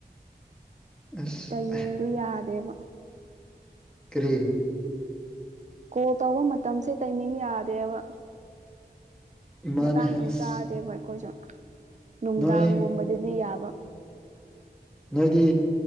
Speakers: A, in the centre; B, on the right.
A: ꯑꯁ
B: ꯇꯥꯝꯃꯤꯡꯗꯨ ꯌꯥꯗꯦꯕ
A: ꯀ꯭ꯔꯤ
B: ꯀꯣꯜ ꯇꯧꯕ ꯃꯇꯝꯁꯦ ꯇꯥꯝꯅꯤꯡ ꯌꯥꯗꯦꯕ
A: ꯏꯃꯥꯅꯦ
B: ꯃꯇꯥꯡ
A: ꯑꯁ
B: ꯌꯥꯝ ꯆꯥꯗꯦꯕ ꯑꯩꯈꯣꯏꯁꯨ ꯅꯨꯡꯗꯥꯡꯒꯨꯝꯕꯗꯗꯤ
A: ꯅꯣꯏ
B: ꯌꯥꯕ
A: ꯅꯣꯏꯗꯤ